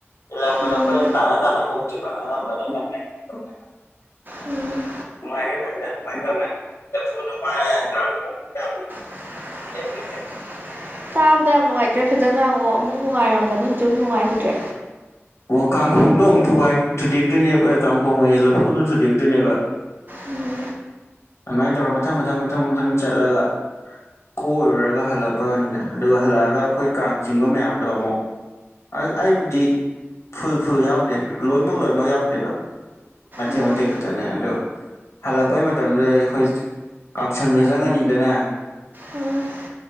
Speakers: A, on the left; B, on the right.
A: ꯂꯪꯕꯗꯣ
B: ꯎꯝ
A: ꯑꯩꯈꯣꯏꯅ ꯇꯥꯅ ꯇꯥꯅ ꯑꯣꯛꯇꯣꯢꯕ ꯑꯉꯝꯕꯅ ꯉꯝꯃꯦ ꯅꯨꯡꯉꯥꯏꯈꯩ
B: ꯎꯝ
A: <unintelligible>
B: <inaudible>
A: ꯂꯦꯝꯗꯣꯏꯅꯦꯕ
B: ꯇꯤꯕꯗ ꯌꯥꯝ ꯅꯨꯡꯉꯥꯏꯇ꯭ꯔꯦ ꯐꯖꯅ ꯉꯥꯡꯉꯣ ꯑꯃꯨꯛ ꯅꯨꯡꯉꯥꯏꯔꯝꯕꯅ ꯍꯧꯖꯤꯛ ꯑꯃꯨ ꯅꯨꯡꯉꯥꯏꯈꯤꯗ꯭ꯔꯦ
A: ꯑꯣ ꯀꯥꯡꯈꯣꯡꯗꯣ ꯑꯃꯨꯛ ꯊꯨꯒꯥꯏ ꯊꯨꯗꯦꯛꯇꯣꯏꯅꯦꯕ ꯑꯦ ꯀꯥꯡꯈꯣꯡ ꯑꯌꯦ ꯂꯐꯨꯗꯣ ꯊꯨꯗꯦꯛꯇꯣꯏꯅꯦꯕ
B: ꯎꯝ
A: ꯑꯗꯨꯃꯥꯏ ꯇꯧꯔ ꯃꯊꯪ ꯃꯊꯪ ꯃꯊꯪ ꯃꯊꯪ ꯆꯠꯂꯒ ꯀꯣꯏꯔꯨꯔꯒ ꯍꯜꯂꯛꯄꯩ ꯋꯥꯅꯤꯗ ꯑꯗꯨꯒ ꯍꯜꯂꯛꯑꯒ ꯑꯩꯈꯣꯏ ꯀꯥꯡ ꯆꯤꯡꯕ ꯃꯌꯥꯝꯗꯣ ꯑꯃꯨꯛ ꯑꯗꯨ ꯑꯩꯕꯨꯗꯤ ꯐꯨꯜ ꯐꯨꯜ ꯌꯥꯎꯗꯦ ꯂꯣꯏꯃꯛ ꯂꯣꯏꯃꯛ ꯌꯥꯎꯗꯦꯕ ꯃꯇꯦꯛ
B: ꯎꯝ
A: ꯃꯇꯦꯛ ꯈꯛꯇꯅꯦ ꯑꯗꯨ ꯍꯜꯂꯛꯄꯩ ꯃꯇꯝꯗꯨꯗꯤ ꯑꯩꯈꯣꯏ ꯀꯥꯡꯁꯪꯗ ꯆꯪꯉꯅꯤꯗꯅ
B: ꯎꯝ